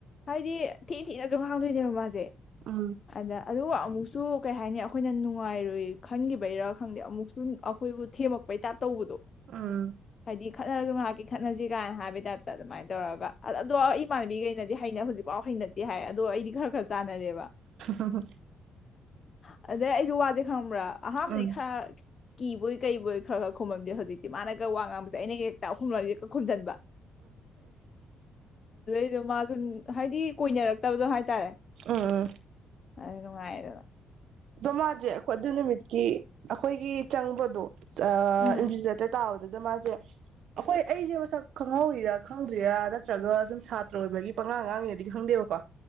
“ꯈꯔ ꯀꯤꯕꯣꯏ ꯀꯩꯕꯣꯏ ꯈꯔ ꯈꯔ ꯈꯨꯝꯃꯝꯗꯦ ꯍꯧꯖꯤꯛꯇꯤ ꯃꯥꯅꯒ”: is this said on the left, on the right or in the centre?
Left